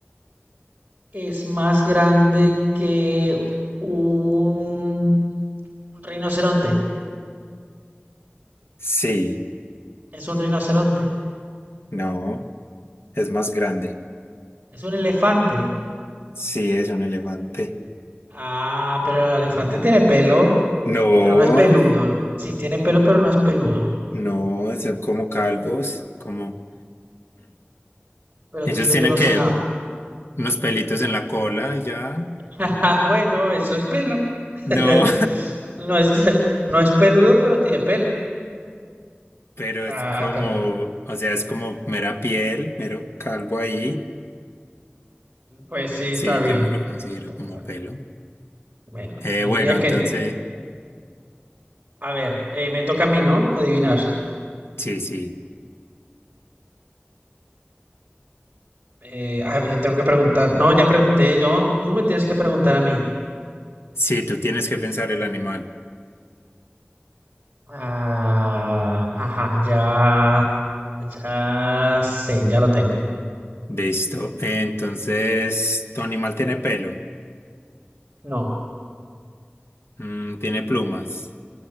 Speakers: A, on the right; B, on the left.
A: ¿Es más grande que un un rinoceronte?
B: sí,
A: Es un rinoceronte.
B: no, es más grande.
A: Es un elefante.
B: Sí, es un elefante.
A: Ah, pero el elefante tiene pelo,
B: No,
A: pero no es peludo. Sí, tiene pelo, pero no es peludo.
B: no, son como calvos, como...
A: Pero
B: Ellos
A: tiene
B: tienen
A: pelos
B: que
A: en la...
B: unos pelitos en la cola y ya.
A: <laughs> Bueno, eso es pelo. <laughs>
B: No,
A: No es, <laughs> no es peludo, pero tiene pelo.
B: <laughs> pero
A: Ay,
B: es como,
A: pero...
B: o sea, es como mera piel, mero calvo ahí.
A: Pues sí,
B: Sí,
A: está bien.
B: yo no lo considero
A: Está-
B: como
A: está bien.
B: pelo.
A: Bueno,
B: Eh,
A: yo
B: bueno,
A: diría que
B: entonces,
A: A ver, eh, me toca a mí, ¿no? Adivinar.
B: sí, sí.
A: Eh, a ver, tengo que preguntar. No, ya pregunté yo. Tú me tienes que preguntar a mí.
B: Sí, tú tienes que pensar el animal.
A: Ah, ajá, ya, ya sé, ya lo tengo.
B: Listo. Eh, entonces, tu animal tiene pelo,
A: No,
B: Mm, tiene plumas,